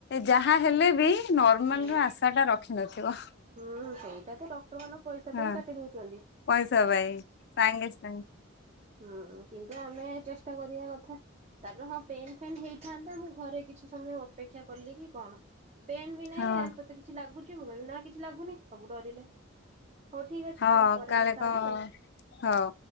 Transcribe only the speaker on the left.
ଯାହା ହେଲେ ବି ନର୍ମାଲ
ର ଆଶା ଟା ରଖିନଥିବ।
ହଁ
ପଇସା ପାଇଁ ସାଙ୍ଗେ ସାଙ୍ଗ।
ହଁ
ହଁ
କାଳେ
କଣ
ହଉ।